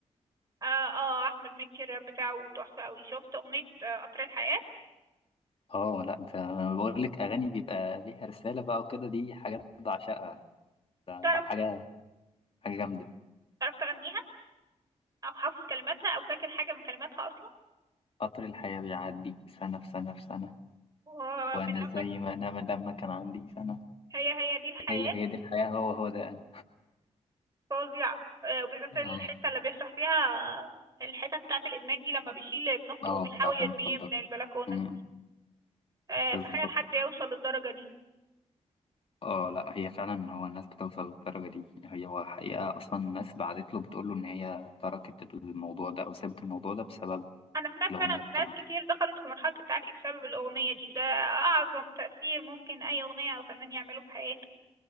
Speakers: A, on the right; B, on the left.
A: آه, آه أحمد مكي الراب بتاعه تحفة أوي شفت أغنية آه، قطر الحياة
B: اه لا ده أنا بقول لك أغاني بيبقى ليها رسالة بقى وكده دي حاجات بعشقها ده
A: تعرف
B: حاجة حاجة جامدة
A: تعرف تغنيها أو حافظ كلماتها أو فاكر حاجة من كلماتها أصلا
B: قطر الحياة بيعدي سنة في سنة في سنة
A: ومن
B: وأنا
A: لما
B: زي ما أنا لما كان عندي سنة
A: هي هي دي الحياة
B: هي هي دي الحياة هو هو ده أنا
A: فظيعة آه وبالذات
B: اه
A: الحتة اللي بيشرح فيها آه، الحتة بتاعة الإدمان دي لما بيشيل ابن أخته
B: اه
A: وبيحاول
B: بتاعت
A: يرميه
B: المخدرات
A: من البلكونة
B: أمم،
A: آه
B: بالظبط
A: تخيل حد يوصل للدرجة دي
B: اه لا هي فعلا هو الناس بتوصل للدرجة دي هي هو حقيقة أصلا الناس بعتت له بتقول له إن هي تركت الموضوع ده أو سابت الموضوع ده بسبب
A: انا سمعت
B: الأغنية
A: فعلا
B: بتاعته
A: ناس كتير دخلت في مرحلة التعافي بسبب الاغنية دي وده اعظم تأثير ممكن اي اغنية او فنان يعمله في حياته